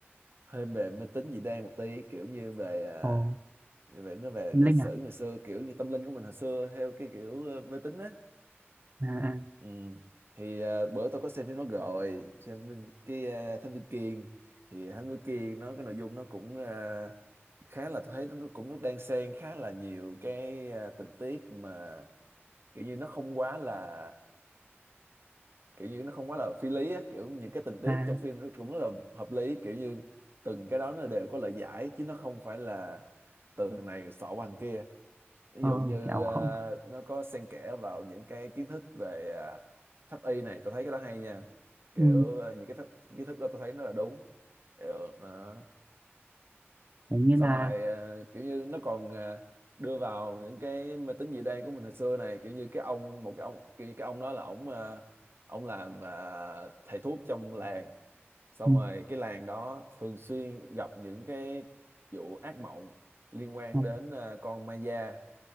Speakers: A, on the right (about 60°); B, on the right (about 40°).
A: hơi về máy tính dị đoan một tí, kiểu như về ờ,
B: Ồ,
A: Như vậy nó về
B: tâm
A: lịch
B: linh
A: sử
B: à
A: ngày xưa kiểu như tâm linh của mình hồi xưa theo cái kiểu ờ, mê tín á
B: à,
A: ừ. thì ờ, bữa tôi có xem phim nó rồi xem phim- cái ờ, Thám Tử Kiên thì Thám Tử Kiên nó cái nội dung nó cũng ờ, khá là tôi thấy nó cũng nó đan xen khá là nhiều cái ờ, tình tiết mà kiểu như nó không quá là kiểu như nó không quá là phi lý á kiểu những cái tình tiết
B: à, à
A: trong phim nó cũng rất là hợp lý kiểu như từng cái đó nó đều có lời giải chứ nó không phải là từ thằng này xỏ qua thằng kia ví
B: ờ,
A: dụ như
B: kiểu
A: ờ,
B: không
A: nó có xen kẽ vào những cái kiến thức về ờ, pháp y này tôi thấy cái đó hay nha kiểu
B: ừ,
A: ờ, những cái pháp, kiến thức đó tôi thấy nó là đúng kiểu, nó
B: kiểu như
A: xong
B: là
A: rồi ờ, kiểu như nó còn ờ, đưa vào những cái mê tín dị đoan của mình hồi xưa này kiểu như cái ông một cái ông kiểu như cái ông đó là ổng ờ, ổng làm ờ, thầy thuốc trong làng xong
B: ừ,
A: rồi cái làng đó thường xuyên gặp những cái vụ ác mộng liên quan
B: ừ,
A: đến ờ, con ma da